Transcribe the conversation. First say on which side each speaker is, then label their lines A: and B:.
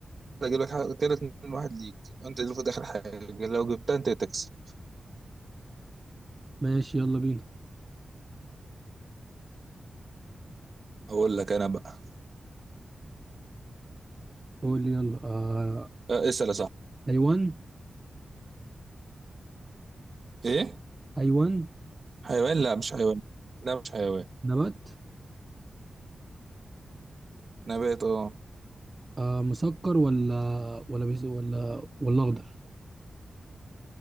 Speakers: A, on the right (about 55°); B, on the right (about 30°).
A: اجيب لك حاجه كده 2 1 ليك انت المفروض اخر حاجه لو جبتها انت تكسب
B: ماشي يلا بينا
A: اقول لك انا بقى
B: قول لي يلا آه...
A: أه، اسال يا صاحبي
B: حيوان
A: ايه
B: حيوان
A: حيوان لا مش حيوان لا مش حيوان
B: نبات
A: نبات اه
B: آه... مسكر ولا ولا بيس... ولا ولا اخضر